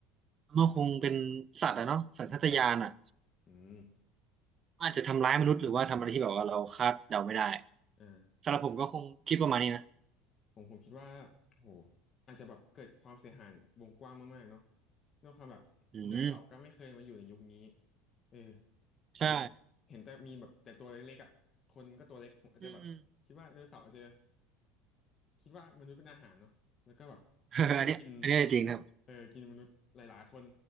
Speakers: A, on the right; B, on the left.
A: มันคงเป็นสัตว์อะเนาะสัญชาตญาณอะ
B: อืม
A: อาจจะทำร้ายมนุษย์หรือว่าทำอะไรที่แบบว่าเราคาดเดาไม่ได้
B: อ่า
A: สำหรับผมก็คงคิดประมาณนี้นะ
B: ผมผมคิดว่าโหอาจจะแบบเกิดความเสียหายวงกว้างมากๆเนาะด้วยความแบบไดโนเสาร์ก็ไม่เคยมาอยู่ในยุคนี้
A: อืม
B: เอออาจจะแบบเห็นแต่มีแบบแต่ตัวเล็กๆอ่ะคนก็ตัวเล็กผมอาจจะแบบคิดว่าไดโนเสาร์อาจจะ
A: ใช่อืม
B: คิดว่ามนุษย์เป็นอาหารเนาะแล้วก็แบบ
A: <laughs> อันเนี้ยอันเนี้ยจริงครับ
B: กินเออกินมนุษย์หลายๆคน